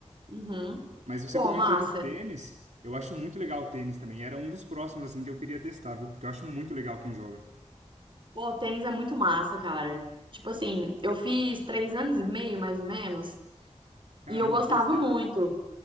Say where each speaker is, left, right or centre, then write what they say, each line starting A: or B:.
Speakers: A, on the right; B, on the right.
A: uhum.
B: Mas você
A: Pô,
B: comentou
A: massa.
B: do tênis. Eu acho muito legal o tênis também. Era um dos próximos, assim, que eu queria testar, viu? Porque eu acho muito legal quem joga.
A: Pô, o tênis é muito massa, cara. Tipo assim, eu fiz três anos e meio, mais ou menos,
B: Caramba,
A: e eu gostava
B: fez tempo.
A: muito.